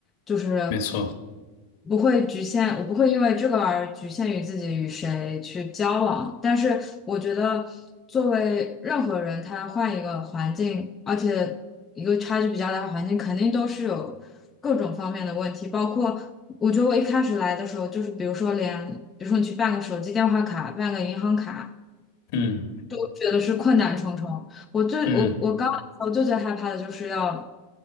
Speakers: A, on the left; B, on the left.
A: 就是
B: 没错。
A: 不会局限，我不会因为这个而局限于自己与谁去交往。但是我觉得，作为任何人，他换一个环境，而且一个差距比较大的环境，肯定都是有各种方面的问题，包括。我觉得我一开始来的时候，就是比如说连，比如说你去办个手机电话卡，办个银行卡，
B: 嗯
A: 就我觉得是困难重重。我最我我刚我最最害怕的就是要
B: 嗯